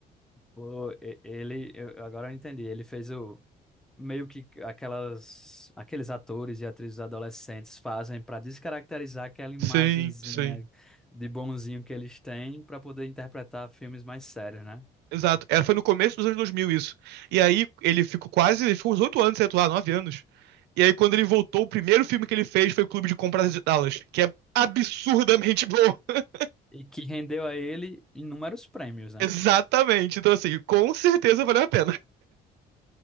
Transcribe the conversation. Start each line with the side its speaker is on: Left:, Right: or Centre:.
Centre: Pô, e- ele, eu- agora eu entendi. Ele fez o meio que aquelas, aqueles atores e atrizes adolescentes fazem para descaracterizar aquela imagenzinha
Right: Sim, sim.
Centre: de bonzinho que eles têm para poder interpretar filmes mais sérios, né?
Right: Exato, era, foi no começo dos anos 2000 isso. E aí ele ficou quase, ele ficou uns 8 anos sem atuar, 9 anos. E aí quando ele voltou, o primeiro filme que ele fez foi o Clube de Compras de Dallas, que é absurdamente bom. <laughs>
Centre: E que rendeu a ele inúmeros prêmios, né?
Right: Exatamente, então assim, com certeza valeu a pena.